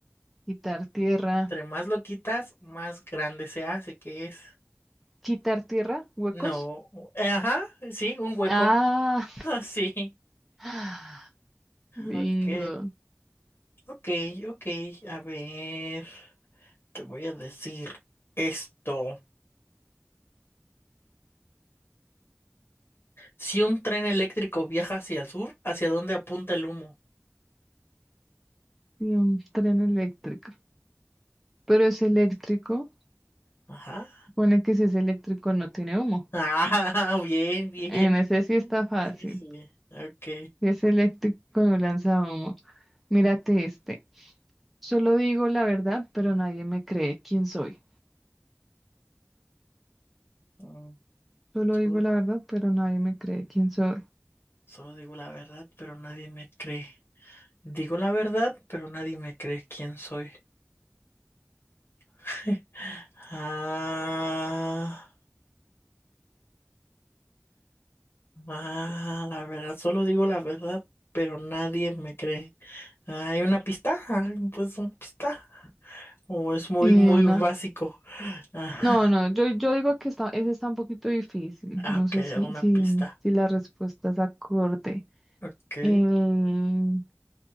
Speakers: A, in the centre; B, on the left.
A: Quitar tierra.
B: Entre más lo quitas, más grande se hace, ¿qué es?
A: ¿Quitar tierra? ¿Huecos?
B: No, eh, ajá, sí, un hueco.
A: Ah,
B: <laughs> Ah, sí.
A: <sighs> bingo.
B: Ok, ok, ok. A ver, te voy a decir esto. Si un tren eléctrico viaja hacia el sur, ¿hacia dónde apunta el humo?
A: Y un tren eléctrico. Pero es eléctrico.
B: Ajá.
A: Pone que si es eléctrico no tiene humo.
B: Ah, <laughs> bien, bien.
A: En ese sí está fácil.
B: Sí, sí. Ok.
A: Si es eléctrico no lanza humo. Mírate este. Solo digo la verdad, pero nadie me cree quién soy.
B: Mm,
A: Solo
B: Solo,
A: digo la verdad, pero nadie me cree quién soy.
B: solo digo la verdad, pero nadie me cree. Digo la verdad, pero nadie me cree quién soy. <laughs> Ah, ah, la verdad, solo digo la verdad, pero nadie me cree. ¿Hay una pista? ¿Hay pues una pista? ¿O es muy,
A: Eh,
B: muy
A: una
B: básico? Ajá.
A: No, no,
B: <laughs>
A: yo, yo digo que está, ese está un poquito difícil.
B: Ah,
A: No
B: ok,
A: sé si,
B: una
A: si,
B: pista.
A: si la respuesta es acorde.
B: Ok.
A: El-